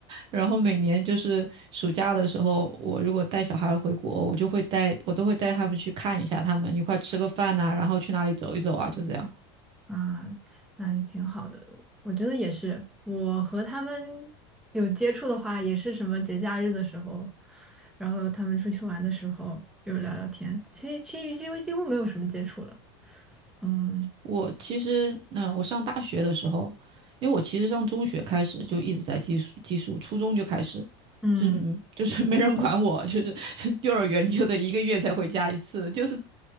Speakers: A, on the right; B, in the centre.
A: 然后每年就是暑假的时候，我如果带小孩回国，我就会带我都会带他们去看一下他们，一块吃个饭呐、然后去哪里走一走啊，就这样。
B: 啊，那也挺好的。我觉得也是，我和他们有接触的话，也是什么节假日的时候，然后他们出去玩的时候有聊聊天。其实其实几乎几乎没有什么接触了。嗯
A: 我其实，嗯，我上大学的时候，因为我其实上中学开始就一直在寄宿寄宿，初中就开始。
B: 嗯
A: 就是嗯就是没人管我，就是 <laughs> 幼儿园就得一个月才回家一次，就是